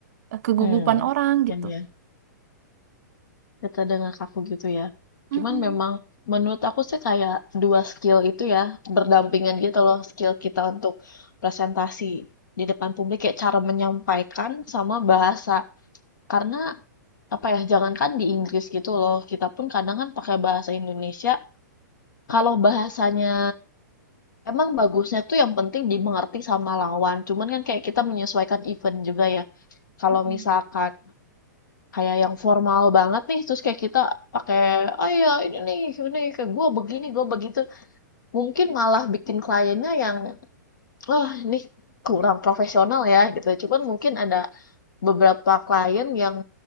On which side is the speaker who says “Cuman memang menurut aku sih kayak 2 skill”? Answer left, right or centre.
Left